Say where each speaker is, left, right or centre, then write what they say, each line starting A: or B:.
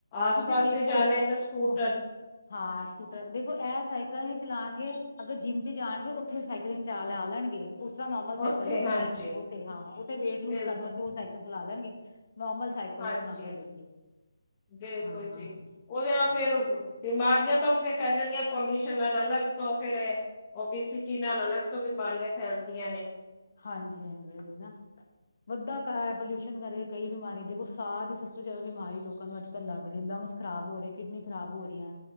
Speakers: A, on the left; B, on the left.
A: ਆਸ
B: ਤੁਸੀਂ
A: ਪਾਸ
B: ਦੇਖੋ
A: ਵੀ ਜਾਣਾ ਹੈ ਤਾਂ ਸਕੂਟਰ
B: ਅਹ ਹਾਂ ਸਕੂਟਰ ਦੇਖੋ ਐ ਸਾਈਕਲ ਨੀ ਚਲਾਣਗੇ ਅਗਰ ਜਿੰਮ ਚ ਜਾਣਗੇ ਉਹ ਉੱਥੇ ਸਾਈਕਲਿੰਗ ਚਾ ਲਾ ਲੈਣਗੇ। ਉਸ ਤਰ੍ਹਾਂ ਨੋਰਮਲ ਸਾਈਕਲ
A: ਉੱਥੇ
B: ਨੇ
A: ਹਾਂਜੀ
B: ਚਲਾਣੇ ਉੱਥੇ ਹਾਂ ਉਤੇ ਵੇਟ ਲੂਸ
A: ਬਿਲਕੁਲ
B: ਕਰਨ ਵਾਸਤੇ ਉਹ ਸਾਈਕਲ ਚਲਾ ਲੈਣਗੇ ਨੋਰਮਲ ਸਾਈਕਲ
A: ਹਾਂਜੀ
B: ਨੀ ਚਲਾਉਂਦੇ ਲੋਕੀ
A: ਬਿਲਕੁਲ
B: ਹਾਂ
A: ਜੀ
B: ਹਾਂ
A: ਉਹਦੇ ਨਾਲ ਫੇਰ ਬਿਮਾਰੀਆਂ ਧੋਫ਼ੇ ਫੈਲਣਗੀਆਂ ਪੋਲਿਊਸ਼ਨ ਨਾਲ ਅਲੱਗ ਤੋਂ ਫੇਿਰ ਓਬੀਸੀਟੀ ਨਾਲ ਅਲੱਗ ਤੋਂ ਬਿਮਾਰੀਆਂ ਫੈਲਦੀਆਂ ਨੇ
B: ਹਾਂਜੀ-ਹਾਂਜੀ ਨਾ ਵੱਧਾ ਖਾਯਾ ਪੋਲਿਊਸ਼ਨ ਕਰੇ ਕਈ ਬਿਮਾਰੀਆਂ ਦੇਖੋ ਸਾਹ ਦੀ ਸਭ ਤੋਂ ਜਿਆਦਾ ਬਿਮਾਰੀ ਲੋਕਾਂ ਨੂੰ ਅੱਜ ਕੱਲ ਲੱਗ ਰਹੀ ਹੈ ਲੰਗਸ ਖਰਾਬ ਹੋ ਰਹੇ ਕਿਡਨੀ ਖਰਾਬ ਹੋ ਰਹੀਆਂ